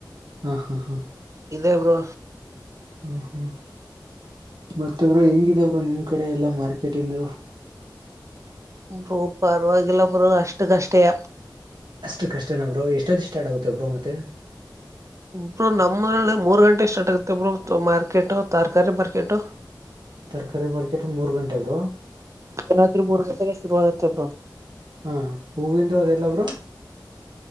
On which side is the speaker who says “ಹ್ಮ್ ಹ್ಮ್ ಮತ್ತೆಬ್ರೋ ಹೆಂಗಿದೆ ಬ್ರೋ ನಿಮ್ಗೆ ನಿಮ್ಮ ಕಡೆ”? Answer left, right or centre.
Right